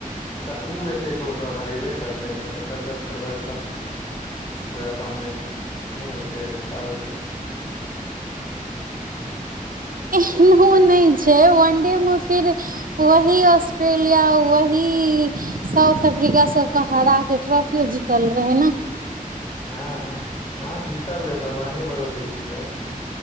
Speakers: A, on the left; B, on the right.
A: कतबो हेतै तऽ ओसभ हरेबे करतै ने एकर सभ प्रदर्शन ओकरा सामने नै ओते रहि पाबै छै
B: एन
A: हर चीज
B: नहि छै वनडे मे फिर वही ऑस्ट्रेलिया वही साउथ अफ्रीका सबके हरा के ट्रॉफियो जीतल रहे ने
A: हँ अहाँ जीतल रहै भगवाने भरोसे जीतले ने